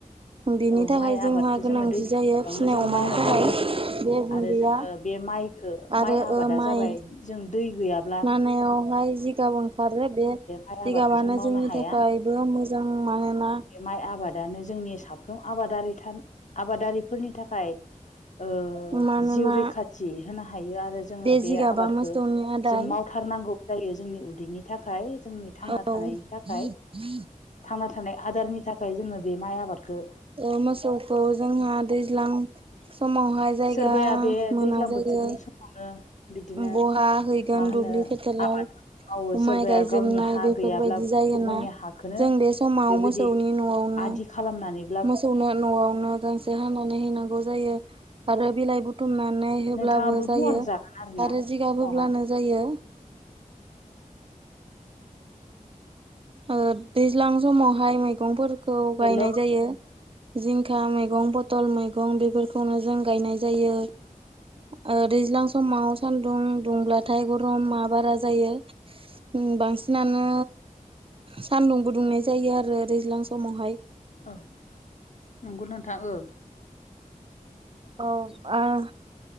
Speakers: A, on the right; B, on the left.
A: बिनि
B: औ
A: थाखाय
B: माइ
A: जोंहा
B: आबादखौ
A: गोनांथि
B: जोङो दैज्लां
A: जायो
B: बोथोरावनो
A: फिसिनाय
B: जोङो
A: अमानि
B: मावनाय
A: थाखाय
B: जायो।
A: बे गुन्दैया
B: आरो जोङो बे माइखो
A: आरो
B: माइ आबादा
A: ओ माइ
B: जाबाय जों दै गैया
A: नानायावहाय जिगाब ओंखारो बे
B: माइ आबादखौ
A: जिगाबानो
B: जों मावनो
A: जोंनि
B: हाया
A: थाखाय बो मोजां मानोना
B: बे माइ आबादानो जोंनि साफ्रोम आबादारिथा आबादारिफोरनि थाखाय ओ
A: मानोना
B: जिउ रैखाथि होनो हायो आरो जोङो
A: जिगाबा
B: बे आबादखो
A: मोसौनि आदार
B: जों माव थारनांगौ जायो जोंनि उदैनि थाखाय जोंनि थांना
A: औ
B: थानायनि थाखाय
A: <inaudible>
B: थांना थानाय आदारनि थाखाय जोङो बे माइ आबादखो
A: ओ मोसौखौ जोंहा दैज्लां समावहाय जायगा
B: सोरबाया बे
A: मोना
B: दैज्लां
A: जायो
B: <unintelligible> बिदिनो
A: बहा हैगोन
B: मा होनो
A: दुब्लि फोथाराव
B: आबादफोर मावो सोरबाया
A: माइ गायजोबनाय
B: गावनि हा
A: बेफोरबायदि
B: गैयाब्लाबो
A: जायोना
B: गुबुननि हाखोनो
A: जों बे समाव
B: बेबायदि
A: मोसौनि न'आवनो
B: आदि खालामनानै
A: मोसौनो नआवनो गांसे हानानै होनांगौ जायो आरो बिलाइ बुथुमनानै होब्लाबो
B: नोंथाङाबो
A: जायो
B: बुंहर जागोन आरोना
A: आरो जिगाब
B: समावहा
A: होब्लानो जायो ओ दैज्लां समावहाय मैगंफोरखौ गायनाय
B: हेल'
A: जायो जिंखा मैगं पथल मैगं बेफोरखौनो जों गायनाय जायो ओ दैज्लां समाव सानदुं दुंब्लाथाय गरममा बारा जायो उ बांसिनानो सान्दुंबो दुंनाय जायो आरो दैज्लां समावहाय
B: ओ नंगौ नोंथां ओ
A: औ आं